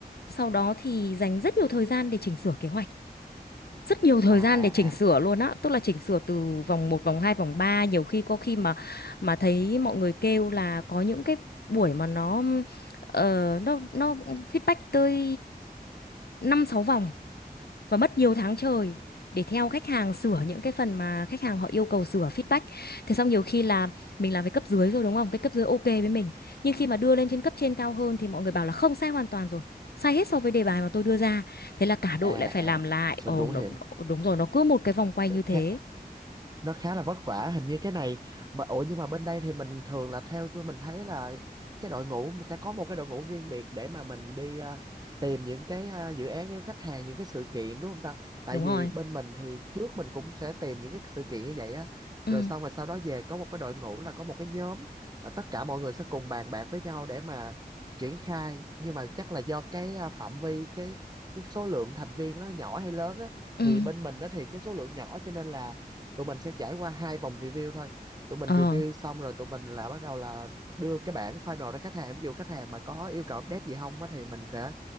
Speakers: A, on the left (about 75°); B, on the right (about 25°).
A: Sau đó thì dành rất nhiều thời gian để chỉnh sửa kế hoạch rất nhiều thời
B: À
A: gian
B: à
A: để chỉnh sửa
B: à
A: luôn á, tức là chỉnh sửa từ vòng một vòng 2 vòng 3, nhiều khi có khi mà mà thấy mọi người kêu là có những cái buổi mà nó ờ, nó nó feedback tới 5 6 vòng và mất nhiều tháng trời để theo khách hàng sửa những cái phần mà khách hàng họ yêu cầu sửa feedback. Thế xong nhiều khi là mình làm với cấp dưới rồi đúng không? Cái cấp dưới ok với mình. Nhưng khi mà đưa lên trên cấp trên cao hơn thì mọi người bảo là không sai hoàn toàn rồi. Sai hết so với đề bài mà tôi đưa ra. Thế là cả đội
B: à
A: lại phải làm
B: à
A: lại. Ồ
B: mình cũng
A: nó-
B: hiểu
A: đúng rồi, nó cứ một cái vòng quay như thế.
B: khá nó khá là vất vả hình như cái này mà ủa nhưng mà bên đây thì mình thường là theo tôi mình thấy là cái đội ngũ sẽ có một cái đội ngũ riêng biệt để mà mình đi ờ, tìm những cái ờ, dự án những khách hàng những cái sự kiện đúng không ta tại
A: Đúng
B: vì
A: rồi.
B: bên mình thì trước mình cũng sẽ tìm những cái sự kiện như vậy á
A: Ừ.
B: rồi xong rồi sau đó về có một cái đội ngũ là có một cái nhóm và tất cả mọi người sẽ cùng bàn bạc với nhau để mà triển khai nhưng mà chắc là do cái ờ, phạm vi cái cái số lượng thành viên nó nhỏ hay lớn á
A: Ừ.
B: thì bên mình đó thì cái số lượng nhỏ cho nên là tụi mình sẽ trải qua hai vòng review thôi tụi mình
A: Ờ.
B: review xong rồi tụi mình là bắt đầu là đưa cái bản final ra khách hàng ví dụ khách hàng mà có yêu cầu update gì không á thì mình sẽ